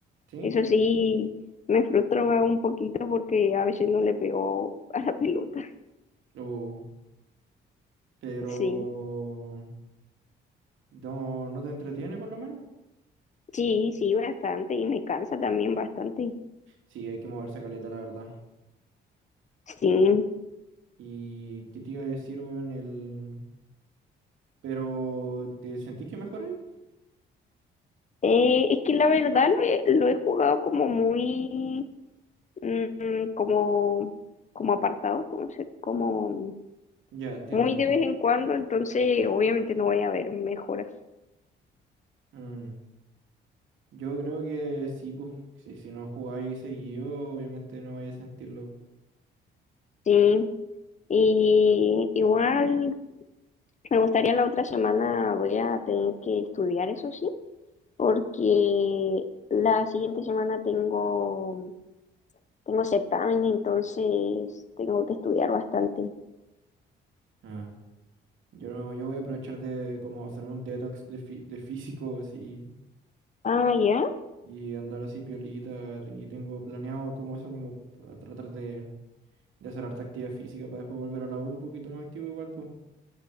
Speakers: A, on the right; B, on the left.
A: ¿Sí?
B: Eso sí, me frustra un poquito porque a veces no le pego <laughs> a la pelota.
A: Uh, pero...
B: Sí.
A: No, no te entretiene por lo menos.
B: Sí, sí, bastante. Y me cansa también bastante.
A: Sí, hay que moverse caleta, la verdad.
B: Sí,
A: ¿Y qué te iba a decir, weón? El... Pero, ¿te sentís que mejoráis?
B: Eh, es que la verdad lo he, lo he jugado como muy, mm, como, como apartado, como, se- como
A: Ya, entiendo.
B: muy de vez en cuando, entonces obviamente no voy a ver mejoras.
A: Mm, Yo creo que sí, pues. Si, si no jugáis seguido, obviamente no vais a sentirlo.
B: Sí, y igual me gustaría la otra semana, voy a tener que estudiar, eso sí, porque la siguiente semana tengo, tengo certamen, entonces tengo que estudiar bastante.
A: Ah, Yo no, yo voy a aprovechar de como hacerme un detox de, fí- de físico así
B: Ah, ya,
A: y andar así piolita. ten- Y tengo planeado como eso, como a tratar de, de hacer harta actividad física para después volver a la U un poquito más activo igual, pues.